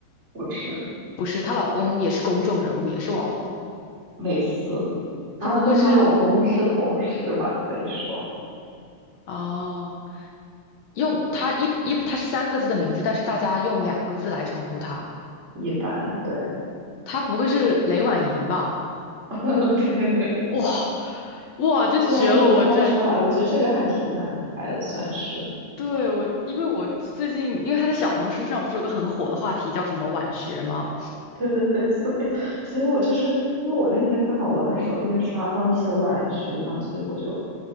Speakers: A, on the right; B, on the left.
A: 或是
B: 不是，她老公也是公众人物，也是网红。
A: 类似。然后跟她老公是同事吧，
B: 她不会是
A: 可以说
B: 哦，用她一一她是三个字的名字，但是大家用两个字来称呼她。
A: 一般。对，
B: 她不会是雷婉莹吧？
A: <laughs> 对，
B: 哇哇，真绝了！
A: 居然给你猜出来，
B: 我居然
A: 我觉得这个还挺难猜的，算是。
B: 对我，因为我最近因为她在小红书上不是有个很火的话题叫什么晚学吗？
A: 对对对，所以所以我就是因为我那天正好我在首页刷到一些晚学嘛，所以我就